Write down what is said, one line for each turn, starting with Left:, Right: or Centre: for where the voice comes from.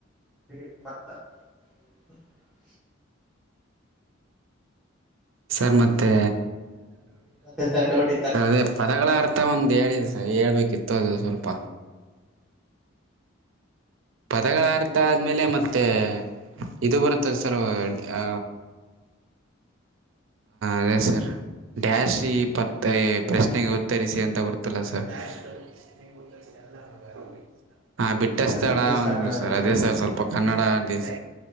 Centre: <unintelligible>
Right: ಸರ್ ಮತ್ತೆ
Centre: ಮತ್ತೆಂತಾರ ಡೌಟ್ ಇತ್ತ
Right: ಸರ್ ಅದೇ ಪದಗಳ ಅರ್ಥ ಒಂದ್ ಹೇಳಿದೆ ಸರ್ ಹೇಳ್ಬೇಕಿತ್ ತ್ತದು ಸ್ವಲ್ಪ ಪದಗಳ ಅರ್ಥ ಆದ್ಮೇಲೆ ಮತ್ತೆ ಇದು ಬರುತ್ತದೆ ಸರ್ ಹಾ ಅದೇ ಸರ್ ಡ್ಯಾಶ್ ತಿ ಪತ್ತೆ ಪ್ರಶ್ನೆಗೆ ಉತ್ತರಿಸಿ ಅಂತ ಬರುತ್ತಲ್ಲ ಸರ್. <unintelligible> ಹಾ ಬಿಟ್ಟ ಸ್ಥಳ
Centre: ಬಿಟ್ಟು
Right: ಒಂದ
Centre: ಅನ್ನೋದು
Right: ಸರ್ ಅದೇ ಸರ್ ಸ್ವಲ್ಪ ಕನ್ನಡ ಡಿ